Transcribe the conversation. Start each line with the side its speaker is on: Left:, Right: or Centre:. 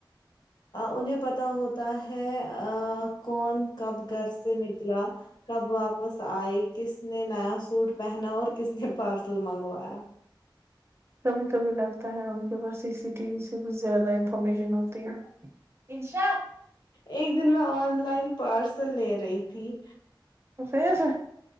Left: انہیں پتہ ہوتا ہے آں کون کب گھر سے نکلا کب واپ بس آئی کس نے نیا سوٹ پہنا اور کس نے پارسل منگوایا
Right: کبھی کبھی لگتا ہے ان کے پاس سی سی ٹی وی سے زیادہ ان فارمیشن ہوتی ہے انشاء
Left: ایک دن میں آن لائن پارسل لے رہی تھی
Right: پھر